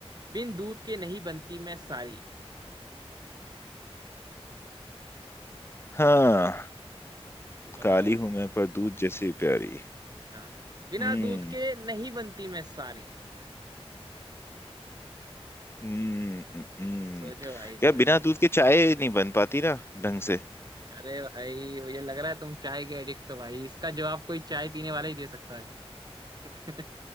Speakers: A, on the right; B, on the left.
A: बिन दूध के नहीं बनती मैं सारी
B: हाँ
A: बताओ
B: काली
A: भाई
B: हूं मैं पर दूध जैसी प्यारी
A: हाँ बिना
B: हम्म
A: दूध के नहीं बनती मैं सारी
B: हम्म हम्म, हम्म।
A: सोचो भाई
B: यार
A: सोचो
B: बिना दूध के चाय नहीं बन पाती ना ढंग से
A: अरे भाई मुझे लग रहा है तुम चाय के एडिक्ट हो भाई इसका जवाब कोई चाय पीने वाला ही दे सकता है <laughs>